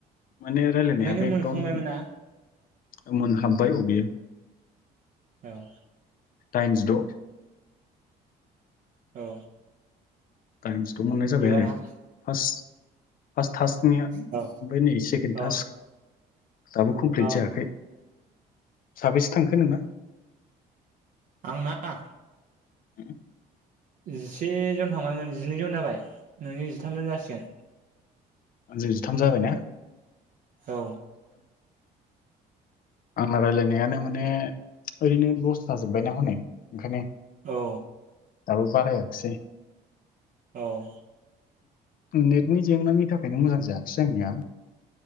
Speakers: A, on the left; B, on the right.
A: माने रायलायनायाबो
B: ओमफ्राय नों
A: एकदम
B: मोनखांबायमोन ना
A: मोनहाबबाय अ' बेयो।
B: औ
A: दाइनजिद'
B: औ
A: गांसेथ' मोननाय जाबाय
B: एबार
A: आरो फास। फास टासनिया
B: औ
A: ओमफाय नै सेकेनड
B: औ
A: टास। दाबो कमप्लिट
B: औ
A: जायाखै साबेसे थांखो नोंना?
B: आं ना?
A: उम
B: जिसे जन थांबायमोन जिनैजन जाबाय नोंनि जिथामजन जासिगोन।
A: आंजों जिथाम जाबाय ना?
B: औ
A: आंना रायलायनायानो माने ओरैनो लस जाजोबबायना हनै ओंखायनो
B: औ
A: दाबो बाराया खिसै।
B: औ
A: नेटनि जेंनानि थाखायनो मोजां जायाखिसै आंनिया।